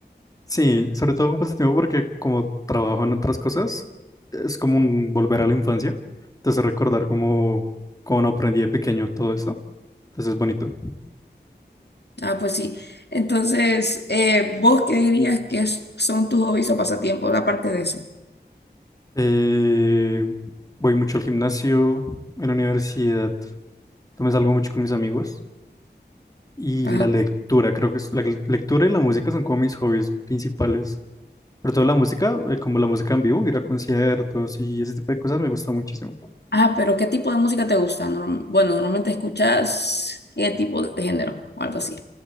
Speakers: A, on the left; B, on the left.
A: Sí, sobre todo con pasatiempo porque como trabajo en otras cosas, es como un volver a la infancia. Entonces recordar cómo, cómo aprendí de pequeño todo eso. Entonces es bonito.
B: Ah, pues sí. Entonces, eh, ¿vos qué dirías que es- son tus hobbies o pasatiempos aparte de eso?
A: Eh, voy mucho al gimnasio, en la universidad. También salgo mucho con mis amigos. Y
B: Ajá.
A: la lectura, creo que es, la lec- lectura y la música son como mis hobbies principales. Pero toda la música, eh, como la música en vivo, ir a conciertos y ese tipo de cosas me gusta muchísimo.
B: Ah, pero ¿qué tipo de música te gusta? Norm- bueno, normalmente escuchas qué tipo de género o algo así.